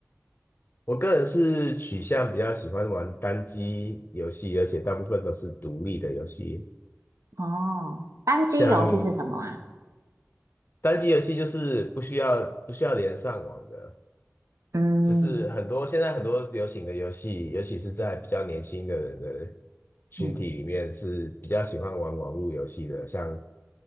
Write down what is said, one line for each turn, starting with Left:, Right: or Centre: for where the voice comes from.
Left: 我个人是取向比较喜欢玩单机游戏，而且大部分都是独立的游戏。
Right: 哦，单机游戏是什么啊？
Left: 像单机游戏就是不需要不需要连上网的，
Right: 嗯
Left: 就是很多现在很多流行的游戏，尤其是在比较年轻的人的群体里面是比较喜欢玩网络游戏的，
Right: 嗯
Left: 像